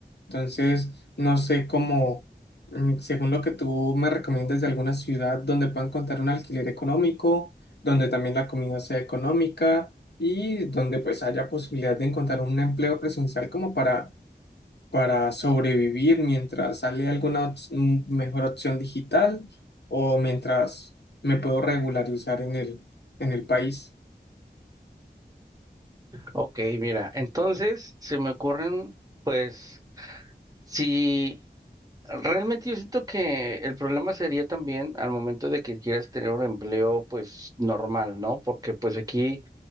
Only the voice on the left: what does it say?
Entonces, no sé cómo, mm, según lo que tú me recomiendas de alguna ciudad donde puedan encontrar un alquiler económico, donde también la comida sea económica y donde pues haya posibilidad de encontrar un empleo presencial como para para sobrevivir mientras sale alguna ops- m- mejor opción digital o mientras me puedo regularizar en el, en el país.